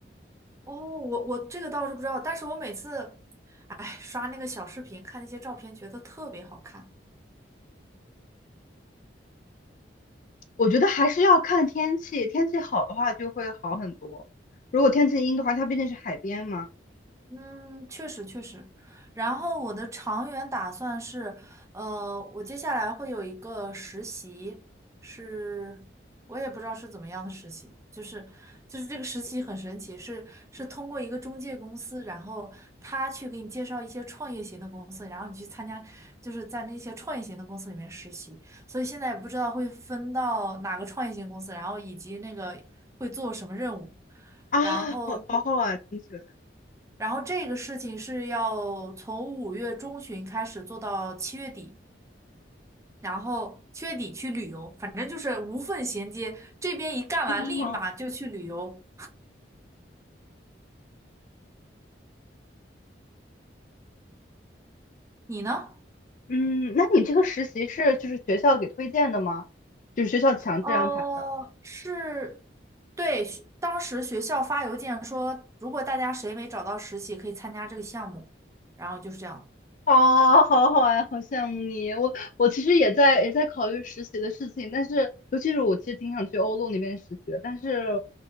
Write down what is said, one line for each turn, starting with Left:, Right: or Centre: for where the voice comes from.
Right: 哦，我我这个倒是不知道，但是我每次哎刷那个小视频，看那些照片，觉得特别好看。
Left: 我觉得还是要看天气，天气好的话就会好很多。如果天气阴的话，它毕竟是海边嘛，
Right: 嗯，确实确实。然后我的长远打算是，呃，我接下来会有一个实习，是我也不知道是怎么样的实习，就是就是这个实习很神奇，是是通过一个中介公司，然后他去给你介绍一些创业型的公司，然后你去参加，就是在那些创业型的公司里面实习。所以现在也不知道会分到哪个创业型公司，然后以及那个会做什么任务，
Left: 啊，
Right: 然后。
Left: 好好好啊，听起来。
Right: 然后这个事情是要从五月中旬开始做到七月底，然后七月底去旅游，反正就是无缝衔接，这边一干完立马就去旅游。
Left: <laughs>
Right: 你呢？
Left: 嗯，那你这个实习是就是学校给推荐的吗？就是学校强制安排的？
Right: 呃，是，对，学当时学校发邮件说，如果大家谁没找到实习，可以参加这个项目，然后就是这样。
Left: 啊，<laughs> 好好呀，好羡慕你。我我其实也在也在考虑实习的事情，但是尤其是我其实挺想去欧陆那边实习的，但是